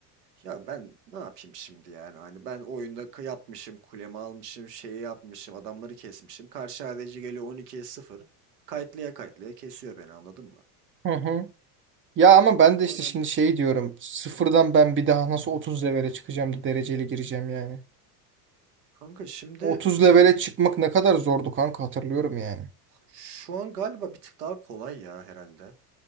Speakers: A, on the right; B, on the right.
A: Ya ben ne yapayım şimdi yani hani ben oyunda k- yapmışım kulemi almışım şeyi yapmışım adamları kesmişim. Karşı ADC geliyor 12'ye sıfır. Kayıtlaya kayıtlaya kesiyor beni anladın mı?
B: Hı hı. Ya ama
A: Hakkı
B: ben de işte
A: önemli.
B: şimdi şey diyorum. Sıfırdan ben bir daha nasıl 30 levele çıkacağım da dereceli gireceğim yani.
A: Kanka şimdi
B: 30
A: ım,
B: levele çıkmak ne kadar zordu kanka hatırlıyorum yani.
A: şu an galiba bir tık daha kolay ya herhalde.